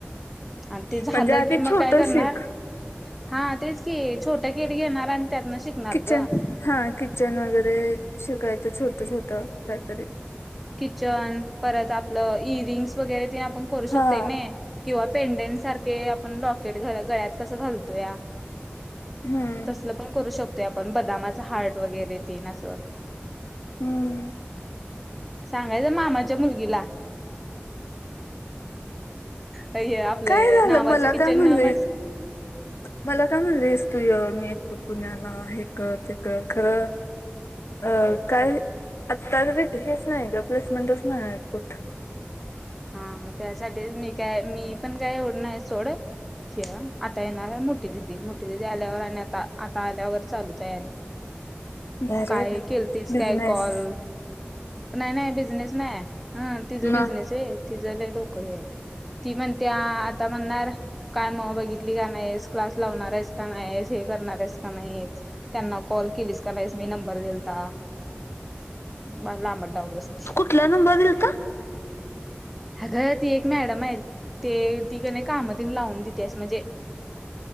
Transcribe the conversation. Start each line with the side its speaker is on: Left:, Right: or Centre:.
Centre: आन ते
Left: म्हणजे
Centre: झालं
Left: आधी
Centre: की मग
Left: छोट
Centre: काय करणार
Left: शिक
Centre: हा तेच की. छोट किट घेणार आणि त्यातनं शिकणार
Left: किचन
Centre: ग.
Left: हा किचन वगैरे शिकायचं छोटं छोटं काहीतरी.
Centre: किचन, परत आपलं इरिंग्स वगैरे तेन आपण करू
Left: हा
Centre: शकते नही. किंवा पेंडेंन सारखे आपण लॉकेट गळ्यात कसं घालतो या
Left: हम्म
Centre: तसल पण करू शकतोय आपण. बदामाच हार्ट वगैरे तेन असं.
Left: हं.
Centre: सांगायचं मामाच्या मुलगीला. हे आपलं
Left: काय झालं
Centre: नावाचं
Left: मला
Centre: किचन
Left: काय म्हणलीस
Centre: म्हटलं
Left: मला काय म्हणलंस तूय मी येतो पुण्याला. हे कर ते कर खरं. अ काय आता तरी हेच नाही ग प्लेसमेंटच नाही कुठं.
Centre: हा म त्यासाठी मी काय मी पण काय एवढं नाही सोड. किवा आता येणार मोठी दिदी. मोठी दीदी आल्यावर आणि आता आता आल्यावर चालूत आहे आणि.
Left: भारी
Centre: काय
Left: आहे बाई
Centre: केलतीस
Left: बिझनेस
Centre: काय कॉल? नाही नाही बिझनेस नाही. हं तिझ
Left: म
Centre: बिझनेस हे. तिज लई डोक हे आहे. ती म्हणते आ आता म्हणणार काय म बघितलीस का नाही क्लास लावणार आहेस का नाय? हे करणार आहेस का नाही? त्यांना कॉल केलीस का नाहीस? मी नंबर देलता, पार लांबन लवास बसते.
Left: तुला नंबर दिलता?
Centre: अगं ती एक मॅडम आहे, ते ति क नाही काम तेन देते लावून देते. म्हणजे